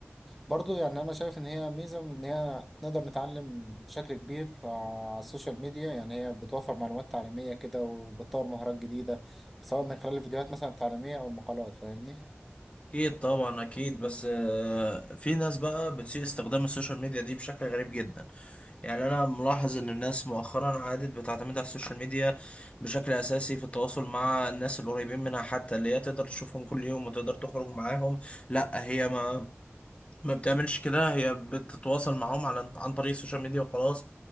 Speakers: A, in the centre; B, on the left.
A: برضو يعني انا شايف ان هي ميزه من ان هي نقدر نتعلم بشكل كبير آه، على السوشيال ميديا يعني هي بتوفر معلومات تعليميه كده وبتطور مهارات جديده سواء من خلال الفيديوهات مثلا التعليميه او المقالات فاهمني
B: اكيد طبعا اكيد بس آه، في ناس بقى بتسيء استخدام السوشيال ميديا دي بشكل غريب جدا يعني انا ملاحظ ان الناس مؤخرا عادت بتعتمد على السوشيال ميديا بشكل اساسي في التواصل مع الناس القريبين منها حتى اللي هي تقدر تشوفهم كل يوم وتقدر تخرج معاهم لا هي ما ما بتعملش كده هي بتتواصل معاهم على عن طريق السوشيال ميديا وخلاص